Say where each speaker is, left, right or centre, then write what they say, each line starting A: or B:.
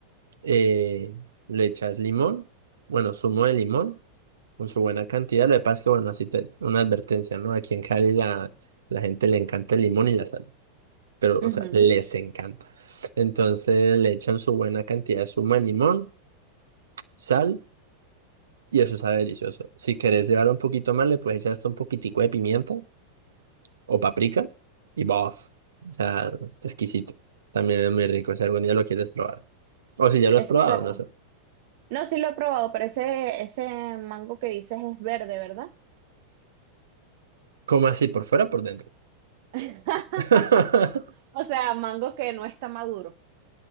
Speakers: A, on the right; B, on the right.
A: eh, le echas limón, bueno, zumo de limón con su buena cantidad. Lo que pasa es que, bueno, así te, una advertencia, ¿no? Aquí en Cali la la gente le encanta el limón y la sal, pero, o
B: Ujú,
A: sea, les encanta. Entonces le echan su buena cantidad de zumo de limón, sal, y eso sabe delicioso. Si querés llevar un poquito más, le puedes echar hasta un poquitico de pimiento o paprika y ¡bof! O sea, exquisito. También es muy rico si algún día lo quieres probar. O si ya lo
B: Exacto.
A: has probado, no sé.
B: No, sí lo he probado, pero ese, ese mango que dices es verde, ¿verdad?
A: ¿Cómo así? ¿Por fuera o por dentro?
B: <laughs>
A: <laughs>
B: O sea, mango que no está maduro.